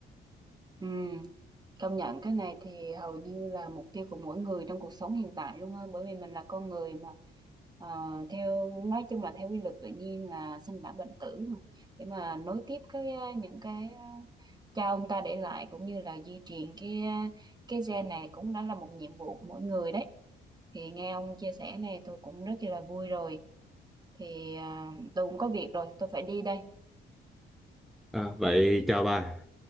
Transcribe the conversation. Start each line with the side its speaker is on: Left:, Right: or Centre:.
Right: Ừ, công nhận cái này thì hầu như là mục tiêu của mỗi người trong cuộc sống hiện tại luôn á bởi vì mình là con người mà Ờ, theo nói chung là theo quy luật tự nhiên là sinh lão bệnh tử mà để mà nối tiếp cái ờ, những cái ờ, cha ông ta để lại cũng như là di truyền cái ờ, cái gen này cũng đã là một nhiệm vụ của mỗi người đấy thì nghe ông chia sẻ này tôi cũng rất là vui rồi thì ờ, tôi cũng có việc rồi tôi phải đi đây
Centre: à, vậy chào bà